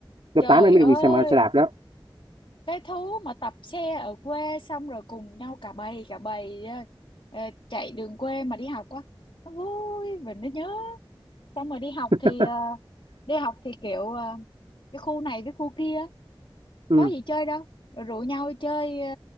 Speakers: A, on the right; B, on the left.
A: lớp
B: trời
A: 8 em mới
B: ơi
A: được đi xe mà xe đạp đó
B: cái thú mà tập xe ở quê xong rồi cùng nhau cả bầy cả bầy ờ, ờ, chạy đường quê mà đi học á nó vui và nó nhớ xong rồi đi học
A: <laughs>
B: thì ờ, đi học thì kiểu ờ, cái khu này với khu kia
A: ừ.
B: có gì chơi đâu rồi rủ nhau đi chơi ờ,